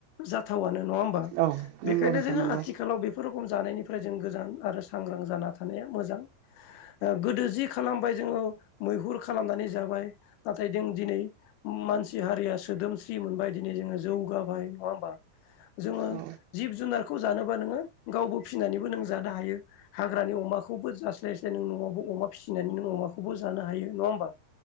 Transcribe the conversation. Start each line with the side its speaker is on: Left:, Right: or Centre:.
Left: जाथावनो नङा हो बा
Right: औ नंगौ
Left: बेखायनो
Right: नोंथां
Left: जोङो
Right: नंगौ
Left: आथिखालाव बेफोर खम जानायनिफ्राय जों गोजान आरो सांग्रां जाना थानाया मोजां। ओ गोदो जि खालामबाय जोङो मैहुर खालामनानै जाबाय नाथाय जों दिनै मानसि हारिया सोदोमस्रिमोन बायदिनो जोङो जौगाबाय नङा होमबा। जोङो
Right: औ
Left: जिब जुनारखौ जानोबा नोङो गावबो फिसिनानैबो नों जानो हायो हाग्रानि अमाखौ खौबो जास्लायस्लाय नों न'आवबो अमा फिसिनानै नों अमाखौबो जानो हायो ‌। नङा होमबा